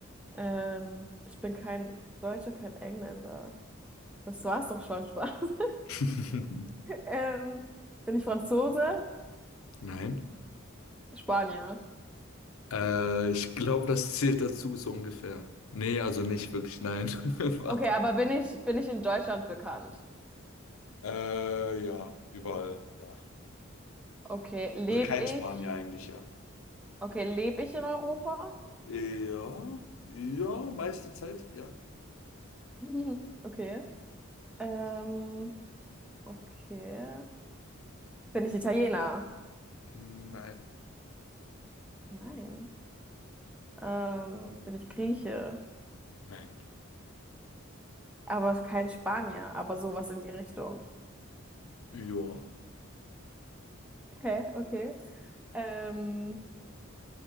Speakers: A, in the centre; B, on the left (about 80°).
A: Ähm, ich bin kein Deutscher, kein Engländer. Das war's doch schon, Spaß. <laughs>
B: <laughs>
A: Ähm, bin ich Franzose?
B: nein.
A: Spanier.
B: Äh, ich glaube, das zählt dazu so ungefähr. Nee, also nicht wirklich, nein. <laughs> Warte.
A: Okay, aber bin ich, bin ich in Deutschland bekannt?
B: Äh, ja, überall, ja.
A: Okay, lebe
B: Also kein Spanier
A: ich?
B: eigentlich, ja.
A: Okay, lebe ich in Europa?
B: Ja, ja, meiste Zeit, ja.
A: <laughs> Okay. Ähm, okay. Bin ich Italiener?
B: Nein,
A: Nein. Ähm, bin ich Grieche?
B: nein.
A: Aber kein Spanier, aber sowas in die Richtung.
B: Ja,
A: Hä? Okay. Ähm,